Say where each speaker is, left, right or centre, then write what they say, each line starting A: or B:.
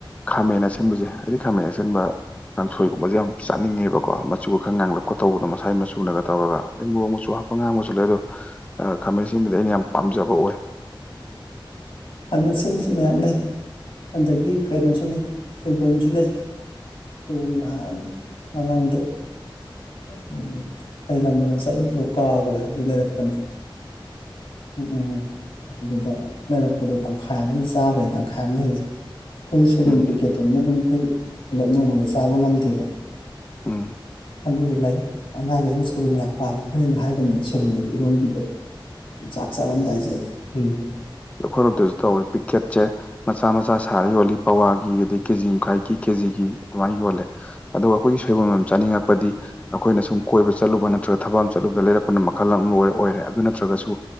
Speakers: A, on the left (about 15°); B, on the left (about 75°).
A: ꯈꯥꯃꯦꯟ ꯑꯁꯤꯟꯕꯁꯦ ꯑꯩꯗꯤ ꯈꯥꯃꯦꯟ ꯑꯁꯤꯟꯕ ꯀꯥꯡꯁꯣꯏꯒꯨꯝꯕꯁꯦ ꯌꯥꯝ ꯆꯅꯤꯡꯉꯦꯕꯀꯣ ꯃꯆꯨꯒ ꯈꯔ ꯉꯥꯡꯂꯛꯄ ꯇꯧꯕꯗꯣ ꯃꯁꯥꯏ ꯃꯆꯨꯅꯒ ꯇꯧꯔꯒ ꯑꯗꯩ ꯃꯣꯔꯣꯛ ꯃꯆꯨ ꯍꯥꯞꯄ ꯉꯥꯡꯕꯁꯨ ꯂꯩ ꯑꯗꯣ ꯈꯥꯃꯦꯟ ꯁꯦꯝꯕꯗꯤ ꯑꯩꯅ ꯌꯥꯝ ꯄꯥꯝꯖꯕ ꯑꯣꯏ
B: ꯐꯥꯃꯦꯟ ꯑꯁꯤꯟꯕꯁꯨ ꯃꯌꯥꯝ ꯂꯩ ꯑꯗꯒꯤ ꯀꯩꯅꯣꯁꯨ ꯂꯩ ꯁꯣꯏꯕꯨꯝꯁꯨ ꯂꯩ ꯁꯣꯢꯕꯨꯝ ꯅꯍꯥꯟ ꯃꯃꯥꯡꯗꯣ ꯎꯝ ꯀꯩ ꯂꯝꯗꯅ ꯆꯠꯂꯨꯗꯣ ꯀꯥꯎꯈ꯭ꯔꯦ ꯑꯗꯨ ꯂꯩꯔꯛꯄꯅꯤ ꯎꯝ ꯎꯝ ꯑꯗꯨꯗ ꯂꯩꯔꯛꯄꯗꯣ ꯇꯪꯈꯥꯏ ꯑꯃ ꯆꯥꯈ꯭ꯔꯦ ꯇꯪꯈꯥꯏ ꯑꯃ ꯂꯩꯔꯤ ꯑꯩꯈꯣꯏ ꯁꯣꯏꯕꯨꯝ
A: ꯎꯝ
B: ꯄꯤꯀꯦꯠꯇꯣꯝꯅ ꯑꯗꯨꯝ ꯑꯩꯈꯣꯏ ꯄꯨꯂꯞ ꯅꯣꯡꯃꯗ ꯆꯥꯕ ꯉꯝꯗꯦꯕ
A: ꯎꯝ
B: ꯑꯗꯨꯗꯨ ꯂꯩ ꯑꯉꯥꯡꯈꯩ ꯁꯧ ꯌꯥꯝ ꯄꯥꯝꯃꯤ ꯍꯣꯔꯦꯟꯅ ꯁꯣꯢꯕꯨꯝꯒ ꯏꯔꯣꯟꯕꯤꯒ ꯆꯥꯛ ꯆꯥ ꯔꯝ ꯗꯥꯢꯖꯦ ꯎꯝ
A: ꯑꯩꯈꯣꯏ ꯔꯣꯢꯗꯁꯨ ꯇꯧꯋꯦ ꯄꯤꯛꯀꯦꯠꯁꯦ ꯃꯆꯥ ꯃꯆꯥ ꯁꯥꯔ ꯌꯣꯜꯂꯤ ꯄꯋꯥꯒꯤ ꯑꯗꯩ ꯀꯦꯖꯤꯈꯥꯏꯒꯤ ꯀꯦꯖꯤꯒꯤ ꯑꯗꯨꯃꯥꯏꯅ ꯌꯣꯜꯂꯦ ꯑꯗꯨꯒ ꯑꯩꯈꯣꯏꯒꯤ ꯁꯣꯏꯕꯨꯝ ꯌꯝ ꯆꯥꯅꯤꯡꯉꯛꯄꯗꯤ ꯑꯩꯈꯣꯏꯅ ꯁꯨꯝ ꯀꯣꯏꯕ ꯆꯠꯂꯨꯕ ꯅꯠꯇ꯭ꯔꯒ ꯊꯕꯛ ꯑꯃ ꯆꯠꯂꯨꯕꯗ ꯂꯩꯔꯛꯄꯅ ꯃꯈꯜ ꯑꯃ ꯑꯣꯏ ꯑꯣꯏꯔꯦ ꯑꯗꯨꯅ ꯅꯠꯇ꯭ꯔꯥꯒꯁꯨ